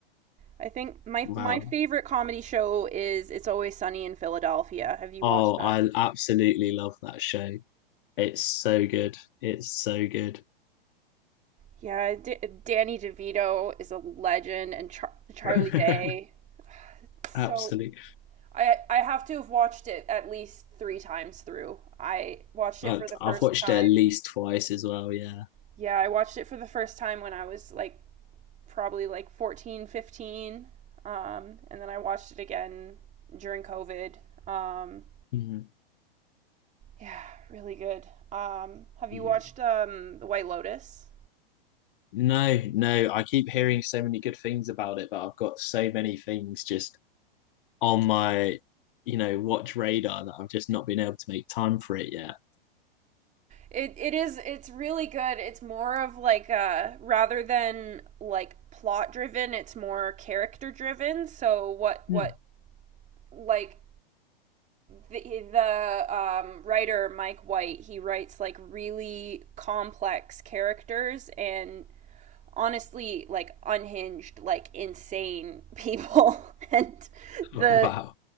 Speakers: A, on the right (about 25°); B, on the left (about 60°).
A: I think my
B: Wow!
A: my favorite comedy show is It's Always Sunny in Philadelphia. Have you
B: Oh,
A: watched that?
B: I absolutely love that show. It's so good. It's so good.
A: Yeah, D- Danny DeVito is a legend and Char- Charlie
B: <laughs>
A: Day. So
B: Absolutely.
A: I I have to have watched it at least 3 times through. I watched it
B: I-
A: for the first
B: have watched
A: time
B: it at least twice as well. Yeah.
A: yeah, I watched it for the first time when I was like probably like 14, fifteen, Um, and then I watched it again during COVID. Um,
B: Mhm.
A: yeah, really good. Um, have
B: Yeah.
A: you watched um, The White Lotus?
B: No, no. I keep hearing so many good things about it, but I've got so many things just on my, you know, watch radar that I've just not been able to make time for it yet.
A: It it is it's really good. It's more of like uh rather than like plot driven, it's more character driven. So what what
B: Mm.
A: like the, the um, writer Mike White, he writes like really complex characters and honestly like unhinged, like insane people. <laughs> and the
B: Oh, <laughs> Wow.